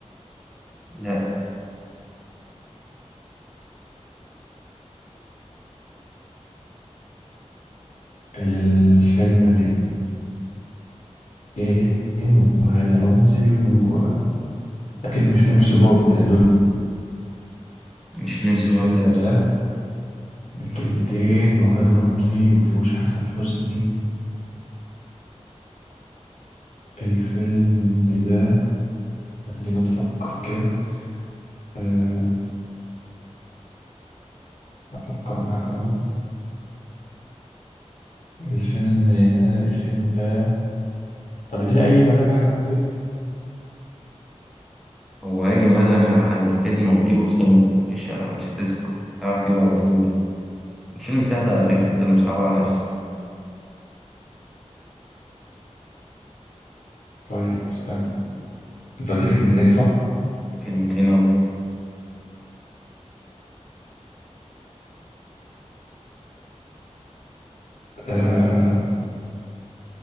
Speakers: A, in the centre; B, on the left.
A: لا
B: الفيلم من كلمتين وهاني رمزي وأكيد مش نمسو بون دول
A: مش لمس
B: الفيلم
A: بوند لا
B: ده من كلمتين وهاني رمزي ومفهوش حسن حسني الفيلم ده خلينا نفكر كده آه أفكر معاك أهو الفيلم ده الفيلم ده طب اديني أي ملامح عنه كده
A: هو أي ملمح عن الفيلم هتجيبه في سنة مش مش هتسكت هتعرف تجيبه على طول الفيلم سهل على فكرة أنت اللي مصعبها على نفسك
B: طيب استنى أنت قلت لي كلمتين صح؟
A: كلمتين أهو.
B: آه،